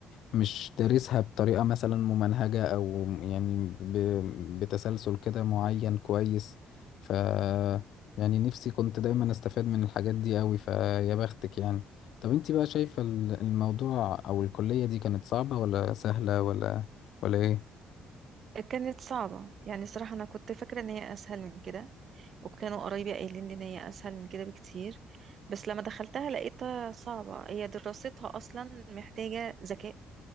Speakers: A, on the left; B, on the right.
A: مش دارسها بطريقة مثلا ممنهجة أو يعني ب... بتسلسل كده معين كويس ف يعني نفسي كنت دايما استفاد من الحاجات دي أوي فيا بختك يعني طب انتي بقى شايفة ال- الموضوع أو الكلية دي كانت صعبة ولا سهلة ولا ولا ايه؟
B: كانت صعبة يعني صراحة انا كنت فاكرة ان هي اسهل من كده وكانوا قرايبي قايلين لي ان هي اسهل من كده بكتير بس لما دخلتها لقيتها صعبة هي دراستها اصلا محتاجة ذكاء